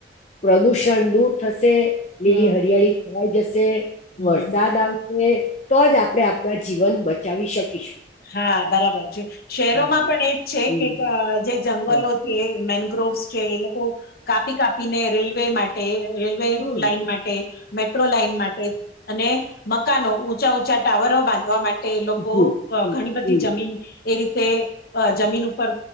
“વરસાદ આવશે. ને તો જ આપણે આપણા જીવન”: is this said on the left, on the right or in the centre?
Left